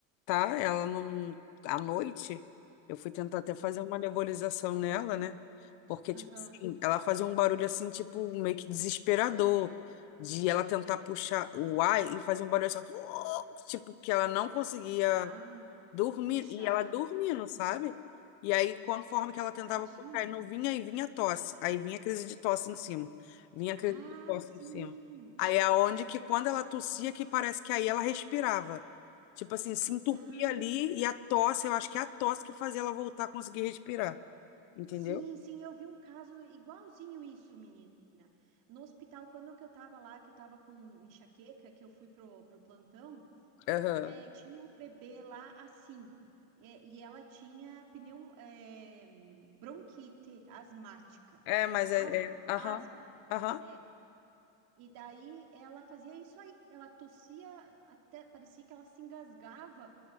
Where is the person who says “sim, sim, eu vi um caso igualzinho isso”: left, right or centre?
Right